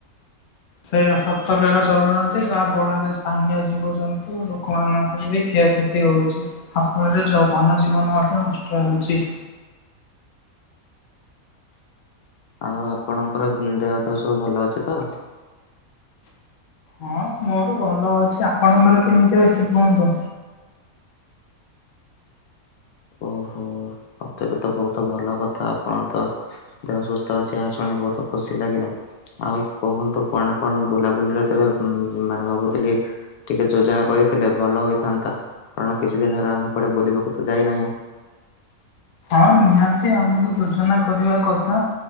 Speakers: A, on the left; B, on the left.
A: ସେଇ ସତରବେ ଚଲୁନାହାନ୍ତି। ଯାହା ବଳରେ ସ୍ଥାନୀୟ ଜୀବଜନ୍ତୁ ଲୋକମାନଙ୍କର ବି ଖଷ କ୍ଷତି ହଉଛିହା ଫଳରେ ଧନ ଜୀବନ ମଧ୍ୟ ନଷ୍ଟ ହେଉଛି।
B: <unintelligible> ଆଉ ଆପଣଙ୍କର ଦେହ ଫେହ ସବୁ ଭଲ ଅଛି ତ?
A: ହଁ ମୋର ଭଲ ଅଛି ଆପଣଙ୍କର କେମିତି ଅଛି କୁହନ୍ତୁ।
B: ଓହୋ। ମତେ ବି ତ ବହୁତ ଭଲ କଥା ଆପଣ ତ ଯହାସସ୍ଥ ଅଛି ଶୁଣି ବହୁତ ଖୁସି ଲାଗିଲା। ଆଉ କୁହନ୍ତୁ କଣ କଣ ବୁଲାବୁଲିରେ ତବେ ମାନେ ଭାବୁଥିଲି ଟିକେ ଯୋଜନା କରି ଥିଲେ ଭଲ ହୋଇଥାନ୍ତା କାରଣ କିଛି ଦିନ ହେଲା ଆମେ କୁଆଡେ ବୁଲିବାକୁ ତ ଯାଇନାହିଁ।
A: ହଁ ନିହାତି ଆମକୁ ଯୋଜନା କରିବା କଥା।